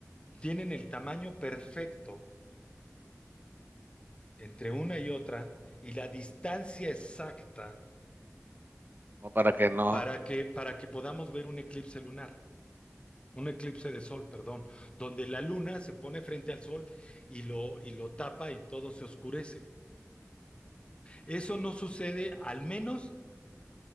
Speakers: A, on the left; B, on the right.
A: tienen el tamaño perfecto entre una y otra y la distancia exacta
B: O para que no,
A: para que, para que podamos ver un eclipse lunar, un eclipse de sol, perdón, donde la luna se pone frente al sol y lo, y lo tapa y todo se oscurece. Eso no sucede al menos